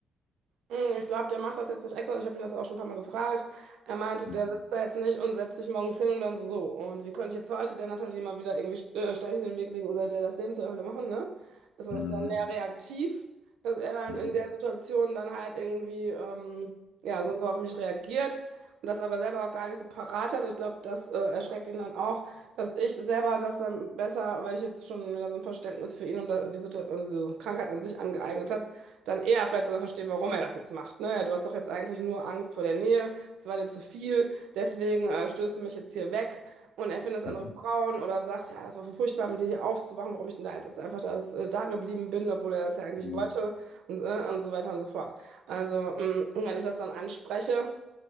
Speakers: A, on the right (about 90°); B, on the left (about 85°).
A: Hm, Ich glaube, der macht das jetzt nicht extra. Ich habe ihn das auch schon ein paar Mal gefragt. Er meinte,
B: Mhm.
A: der sitzt da jetzt nicht und setzt sich morgens hin und dann so. so. Und wie konnte ich jetzt heute der Natalie mal wieder irgendwie äh, Steinchen in den Weg legen oder der das Leben zur Hölle machen, ne? Das ist
B: Mhm.
A: dann mehr reaktiv, dass er dann
B: Mhm.
A: in der Situation dann halt irgendwie, ähm, ja, so und so auf mich reagiert und das aber selber auch gar nicht so parat hat. Ich glaube, das äh, erschreckt ihn dann auch, dass ich selber das dann besser, weil ich jetzt schon wieder so ein Verständnis für ihn und da- die Situ- also Krankheit an sich angeeignet habe dann eher vielleicht sogar verstehe, warum er das jetzt macht. Ne? Ja, du hast doch jetzt eigentlich nur Angst vor der Nähe, das war dir zu viel, deswegen äh, stößt du mich jetzt hier weg und erfindest
B: Mhm.
A: andere Frauen oder sagst, ja, das war so furchtbar, mit dir hier aufzuwachen, warum ich denn da jetzt einfach das, äh, da geblieben bin, obwohl er das ja eigentlich
B: Mhm.
A: wollte und, äh, und so weiter und so fort. Also, mh, wenn ich das dann anspreche,